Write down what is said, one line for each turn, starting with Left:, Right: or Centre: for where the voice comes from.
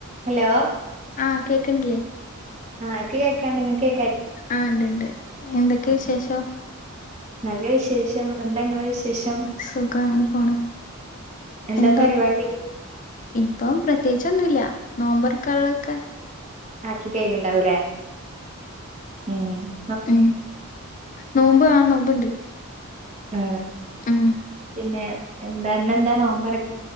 Right: Hello
Left: ആ കേക്ക്‌ണില്ലേ
Right: ആ ഇക്ക് കേക്കാണ്ട് ഇങ്ങക്ക്‌
Left: ആ ഇണ്ട് ഇണ്ട് എന്തക്കെ വിശേഷം
Right: ഉം നല്ല വിശേഷം എന്താ ഇങ്ങളെ
Left: <inaudible>
Right: വിശേഷം
Left: സുഖം ങ്ങനെ പോണ്
Right: എന്താ
Left: എന്താന്ന്
Right: പരിപാടി
Left: ഇപ്പം പ്രത്യേകിച്ചൊന്നുല്ല നോമ്പർക്കാള്ളക്കെ
Right: ആക്കി കഴിഞ്ഞിണ്ടാവു ലേ മ്മ്
Left: മ്മ് നോമ്പ് ആ നോമ്പ്ണ്ട്
Right: ആ
Left: <unintelligible>
Right: പിന്നെ എന്താ ഇന്ന് എന്താ നോമ്പറ